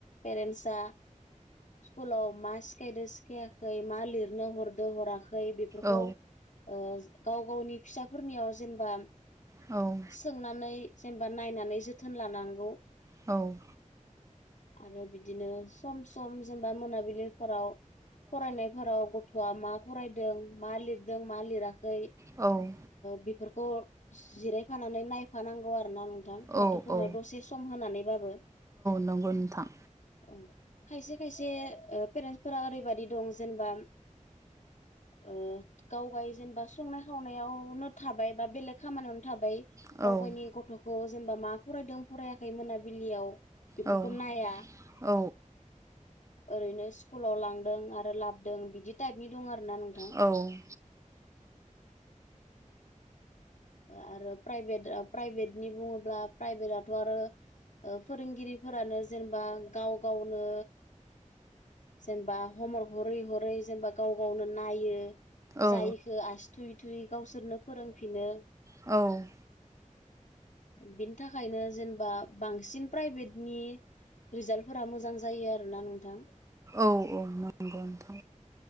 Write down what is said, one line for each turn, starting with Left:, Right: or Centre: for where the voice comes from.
Left: पेरेन्टसआ स्कुलाव मा सिखायदों सिखायाखै मा लिरनो हरदो हरा जाय बेफोरखौ
Right: औ
Left: ओ गाव गावनि फिसाफोरनियाव जेनेबा
Right: औ
Left: सोंनानै जेनेबा नायनानै जोथोन लानांगौ।
Right: औ।
Left: आरो बिदिनो सम सम जेनेबा मोनाबिलिफोराव फरायनायफोराव गथ'आ मा फरायदों मा लिरदों मा लिराखै
Right: औ
Left: बेफोरखौ जिरायफानानै नायफानांगौ आरो ना नों थां
Right: औ
Left: गथ'फोरनो
Right: औ
Left: दसे सम होनानैबाबो औ
Right: नंगौ नोंथां
Left: खायसे खायसे ओ पेरेन्टसफोरा ओरैबाददि दं जेनेबा ओ गावगाय जेनेबा संनाय खावनायावनो थाबाय बा बेलेग खामानियावनो थाबाय
Right: औ
Left: गावगायनि ग गथ'खौ जेनेबा मा फरायदों फरायाखै मोनाबिलियाव बेफोरखौ
Right: औ
Left: नाया
Right: औ
Left: ओरैनो स्कुलाव लांदों आरो लाबोदों बिदि टाइपनि दं आरो ना नोंथां।
Right: औ
Left: ओयआरो प्राइभेट प्राइभेटनि बुङोब्ला प्राइभेटआथ' आरो। ओ फोरोंगिरिफोरानो जेनेबा गाव गावनो। जेनेबा हमवर्क हरै हरै जेनेबा गाव गावनो नायो
Right: औ
Left: जायिखो आसि थुयै थुयै गावसोरनो फोरोंफिनो
Right: औ
Left: बिनि थाखायनो जेनेबा बांसिन प्राइभेटनि रिजाल्टफोरा मोजां जायो आरो ना नोंथां।
Right: औ औ नंगौ नोंथां।